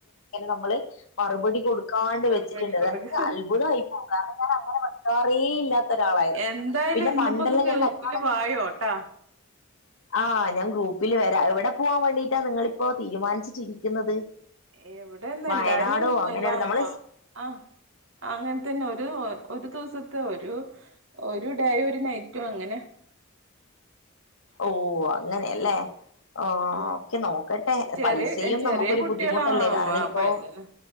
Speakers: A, on the left; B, on the right.
A: നമ്മള് മറുപടി
B: ഉം
A: കൊടുക്കാണ്ട്
B: മറുപടി
A: വെച്ചിട്ടുണ്ട് അത്‌
B: കൊടുക്ക
A: എനക്ക് അത്ഭുതായി കാരണം ഞാൻ അങ്ങനെ വെക്കാറേ ഇല്ലാത്ത ഒരാളായിരുന്നു
B: എന്തായാലും
A: പിന്നെ
B: ഇന്നിപ്പോ
A: പണ്ടെല്ല
B: ഒന്ന്
A: <inaudible>
B: ഗ്രൂപ്പില് വായോട്ടാ
A: ആഹ് ഞാൻ ഗ്രൂപ്പില് വരാ എവടെ പോവാൻ വേണ്ടീട്ടാ നിങ്ങളിപ്പോ തീരുമാനിച്ചിട്ടിരിക്കുന്നത്
B: എവിടെന്ന്
A: വയനാടോ
B: എല്ലാരു
A: അങ്ങനെ
B: എലാ
A: നമ്മള്
B: വ
A: സ്-
B: ആഹ് അങ്ങൻ തന്നെ ഒരു ഒരു ദിവസത്തെ ഒരു ഒരു ഡേയും ഒരു നൈറ്റും അങ്ങനെ
A: ഓ അങ്ങനെയല്ലേ ആ
B: ആഹ്
A: ഒക്കെ നോക്കട്ടെ
B: ചെറിയ
A: പൈസയും
B: ചെറിയ
A: നമുക്കൊരു
B: കുട്ടികളാ
A: ബുദ്ധിമുട്ടല്ലേ കാരണം
B: അപ്പ
A: ഇപ്പോ
B: ഇതന്നെ